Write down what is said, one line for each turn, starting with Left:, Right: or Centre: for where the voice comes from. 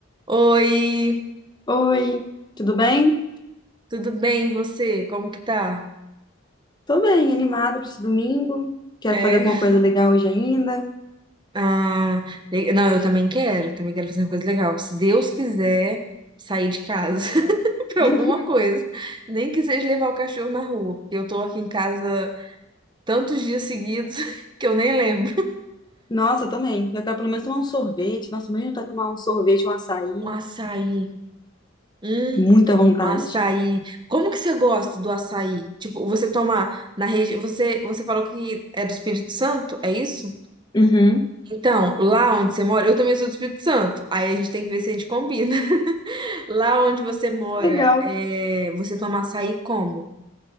Right: Oi,
Left: Oi, tudo bem?
Right: tudo bem? E Você? Como que tá?
Left: Tô bem, animada pra esse domingo. Quero
Right: É?
Left: fazer alguma coisa legal hoje ainda.
Right: Ah, le- não, eu também quero, também quero fazer uma coisa legal. Se Deus quiser sair de casa <laughs> pra
Left: <laughs>
Right: alguma coisa, nem que seja levar o cachorro na rua, porque eu tô aqui em casa tantos dias seguidos <laughs> que eu nem lembro.
Left: Nossa, eu também. Eu quero pelo menos tomar um sorvete. Nossa, mesmo tá tomar um sorvete, um açaí.
Right: Um açaí, hum,
Left: Muita vontade.
Right: um açaí. Como que você gosta do açaí? Tipo, você toma na região, você, você falou que é do Espírito Santo, é isso?
Left: Uhum.
Right: Então, lá onde você mora, eu também sou do Espírito Santo. Aí a gente tem que ver se a gente combina. <laughs> Lá onde você mora,
Left: Legal.
Right: é, você toma açaí como?